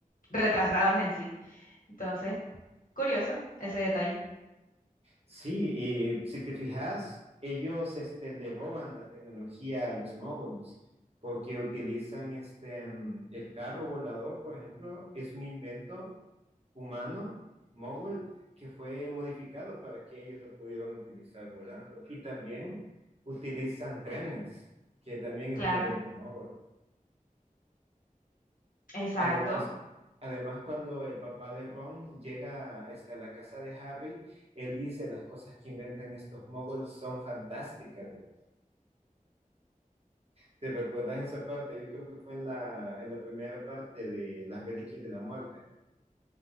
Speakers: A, on the left; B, on the right.
A: retrasados en sí. Entonces, curioso ese detalle.
B: Sí, y si te fijas, ellos este, le roban la tecnología a los moguls, porque utilizan este, mm, el carro volador, por ejemplo, es un invento humano, mogul, que fue modificado para que ellos lo pudieran utilizar volando. Y también utilizan trenes, que también es
A: Claro,
B: un invento mogol.
A: exacto.
B: Además, además cuando el papá de Ron llega este, a la casa de Harry, él dice las cosas que inventan estos mogols son fantásticas. ¿Te te recuerdas esa parte? Yo creo que fue en la, en la primera parte de Las Reliquias de la Muerte.